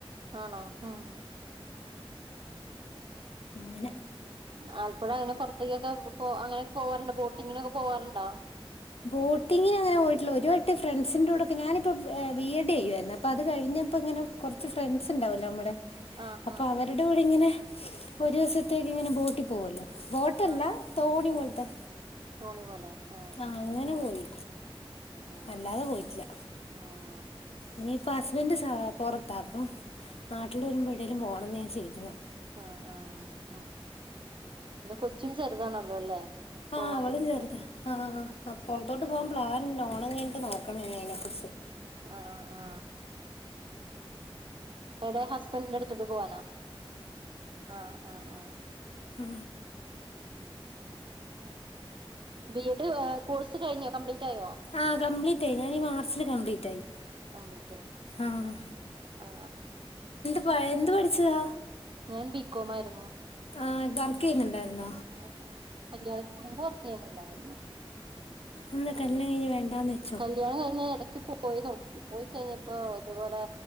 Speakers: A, on the right (about 55°); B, on the left (about 85°).
A: ആണോ ഉം
B: അങ്ങനെ
A: ആലപ്പുഴ അയിന് പുറത്തേക്കൊക്കെ പോ അങ്ങനെ പോവാറുണ്ട് ബോട്ടിങ്ങിനൊക്കെ പോവാറുണ്ടോ?
B: ബോട്ടിങ്ങിന് അങ്ങനെ പോയിട്ടുള്ളു ഒരുവട്ടം ഫ്രണ്ട്സിന്റെ കൂടൊക്കെ ഞാനിപ്പം എ ബി എഡ് ചെയ്യാരുന്നു അപ്പ അത് കഴിഞ്ഞപ്പോ ഇങ്ങനെ കുറച്ച് ഫ്രണ്ട്സ് ഉണ്ടാവല്ലോ നമ്മുടെ
A: ആഹ്
B: അപ്പൊ
A: ആഹ്
B: അവരുടെ കൂടെ ഇങ്ങനെ ഒരു വസത്തേക്ക് ഇങ്ങനെ ബോട്ടിൽ പോവല്ലോ ബോട്ടല്ല
A: ആഹ്
B: തോണി പോൽ <inaudible>
A: തോണി പോലെ ആ
B: ആ അങ്ങനെ പോയി
A: ആഹ്
B: അല്ലാതെ പോയിട്ടില്ല
A: ആഹ്
B: ഇനിയിപ്പൊ ഹസ്ബൻഡ് പുറത്താ അപ്പൊ നാട്ടിൽ വരുമ്പോ എവിടേലും പോണുന്നേ <unintelligible>
A: ആ ആ ആ പിന്നെ കൊ ച്ചും ചെറുതാണല്ലോ അല്ലേ
B: ആ
A: പോവാനും
B: അവള് ചെറുതാ
A: ബുദ്ധിമുട്ട്
B: ആ ആ
A: ആഹ്
B: പുറത്തോട്ട് പോകാൻ പ്ലാൻ ഓണം കഴിഞ്ഞിട്ട് നോക്കണം ഇനി അതിനെ കുറിച്ച്
A: ആ ആ അവിടെ ഹസ്ബൻഡിന്റെ അടുത്തോട്ട് പോവാനാ ആ ആ ആ
B: ആ
A: അ ബി എഡ് കോഴ്സ് കഴിഞ്ഞോ കംപ്ലീറ്റ് ആയോ
B: ആഹ് കംപ്ലീറ്റ് ആയി ഞാൻ ഈ മാർച്ചില് കംപ്ലീറ്റ് ആയി
A: കംപ്ലീറ്റ് ആഴി ഉം
B: ആഹ്
A: ആ
B: പഴ എന്തു പഠിച്ചതാ
A: ഞാൻ ബികോം ആയിരുന്നു
B: ആ വർക്ക് ചെയ്യുന്നുണ്ടായിരുന്നോ
A: അത് കല്യാണത്തിന് മുമ്പ് വർക്ക് ചെയ്യുന്നുണ്ടായിരുന്നു
B: എന്താ കല്യാണം
A: ഉം
B: കഴിഞ്ഞ് വേണ്ടാന്ന് വെച്ചോ
A: കല്യാണം കഴിഞ്ഞ് ഞാൻ ഇടക്ക് ഇടക്ക് പോയി നോക്കി പോയി കഴിഞ്ഞപ്പോ ഇതേപോലെ